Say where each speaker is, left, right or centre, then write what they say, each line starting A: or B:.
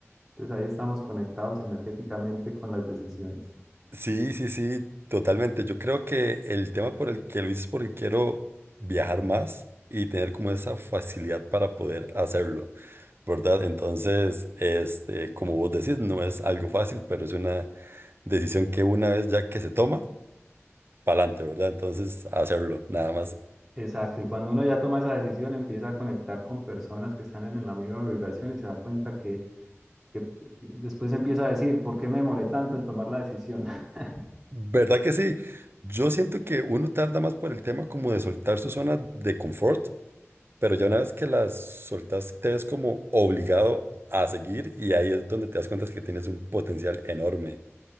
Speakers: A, in the centre; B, on the right.
A: Entonces ahí estamos conectados energéticamente con las decisiones.
B: Sí, sí, sí, totalmente. Yo creo que el tema por el que lo hice es porque quiero viajar más y tener como esa facilidad para poder hacerlo, ¿verdad? Entonces, este, como vos decís, no es algo fácil, pero es una decisión que una vez ya que se toma para adelante, ¿verdad? Entonces, hacerlo, nada más.
A: Exacto, y cuando uno ya toma esa decisión empieza a conectar con personas que están en la misma vibración y se da cuenta que que después empieza a decir, ¿por qué me demoré tanto en tomar la decisión? <laughs>
B: ¿Verdad que sí? Yo siento que uno tarda más por el tema como de soltar su zona de confort, pero ya una vez que las soltas, te ves como obligado a seguir y ahí es donde te das cuenta que tienes un potencial enorme,